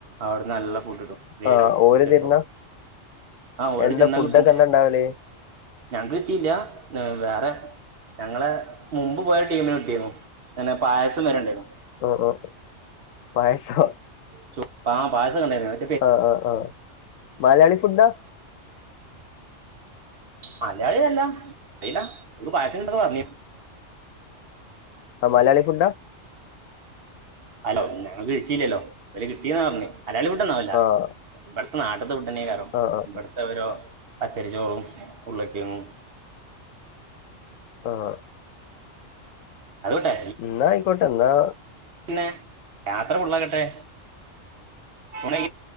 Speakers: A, on the right; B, on the left.
A: അവിടുന്ന് നല്ല ഫുഡ്ണ്ട് ഫ്രീ ആയിട്ട്
B: ആ ഓര്
A: ചിലപ്പോ
B: തരുന്ന
A: ആഹ ഓടങ്ങട്ട്
B: എന്താ
A: ചെന്നാ
B: ഫുഡൊക്കെ
A: കിട്ടും
B: എന്താ ഇണ്ടാവല്?
A: ഞങ്ങക്ക് കിട്ടീല്ല വേ റെ ഞങ്ങളെ മുമ്പ് പോയ ടീമിന് കിട്ടിന്നു പിന്നെ പായസം വേരേണ്ടേന്നു.
B: ഉ ഉ പായസോ?
A: ചോ ആ പായസം ഇണ്ടായിരുന്ന്
B: ആ ആ ആ മലയാളി ഫുഡാ?
A: മലയാളികളല്ല അറിയില ഒ ാൽക്ക് പായസം കിട്ടുന്നൊക്കെ പറഞ്ഞിനു
B: ആ മലയാളി ഫുഡാ
A: അലോ ഞങ്ങ കഴിച്ചില്ലല്ലോ ഓല് കിട്ടിന്നാ പറഞ്ഞത് മലയാളി ഫുഡൊന്നാവൂല.
B: ആഹ്
A: ഇബടത്തെ നാട്ടത്തെ ഫുഡെന്നെയ്ക്കാരം
B: ആഹ് ആഹ്
A: ഇബടത്തെ ഓരോ പച്ചരിച്ചോറും ഉർളക്കിയങ്ങും
B: ആ ഹ്
A: അത് പോട്ടെ
B: ഇന്ന ആയിക്കോട്ടെ ഇന്നാ
A: പിന്നെ യാത്ര ഫുള്ളാക്കട്ടെ <unintelligible>